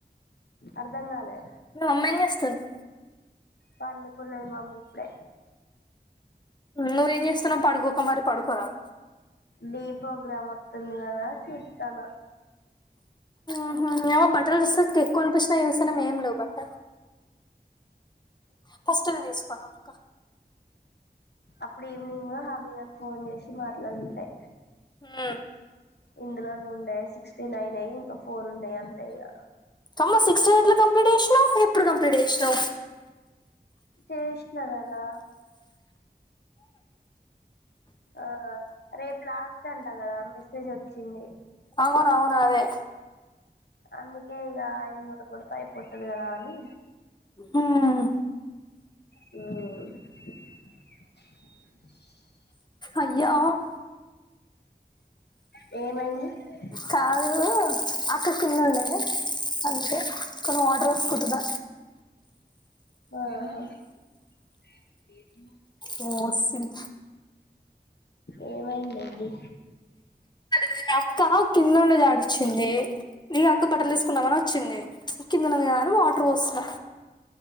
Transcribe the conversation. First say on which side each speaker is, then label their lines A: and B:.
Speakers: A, on the left; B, on the left.
A: అర్ధం కాలే
B: మమ్మీ ఏం చేస్తుంది
A: పన్నుకున్నది మమ్ ఇప్పుడే
B: నువ్వేం చేస్తున్నావు పడుకోక మరి పడుకోరాదు
A: డీ ప్రోగ్రామ్ వత్తుంది కదా చూస్తన
B: ఆహా యా పస్ ఎక్కువ అనిపించిన యవసనం ఏం లేవు బట్ట ఫస్ట్ మీ తీసుకోర అక్క
A: అప్పుడు ఈవినింగ్ హమీదాకు ఫోన్ చేసి మాట్లాడుండే
B: మ్మ్
A: ఇందులో నుండే సిక్స్టీన్ అయినాయి ఇంకా ఫోర్ ఉండే అంతే ఇక
B: అమ్మో సిక్స్ట్ ఎయిట్ లో కంప్లీట్ చేసినా ఎప్పుడు కంప్లీట్ చేసినా
A: చేసిన కదా ఆ రేప్ లాస్ట్ టంట కదా మెసేజ్ వచ్చింది
B: అవును అవునదే
A: అందుకే ఇగ ఇన్న కొడత అయిపోతది కదా అని
B: మ్మ్
A: మ్మ్
B: అయ్యా
A: ఏమైంది
B: కాదు అక్క కిందుండే అందుకే కాను వాటర్ వస్తుంటుంద
A: ఆహా <unintelligible>
B: మో సిరి
A: ఏమైంది ఏంది
B: నీ అక్క కింద ఉండి అడిచింది నీ అక్క బట్టలు తీసుకున్నామని వచ్చింది కిందుంది కదా అని వాటర్ పోస్తున్నా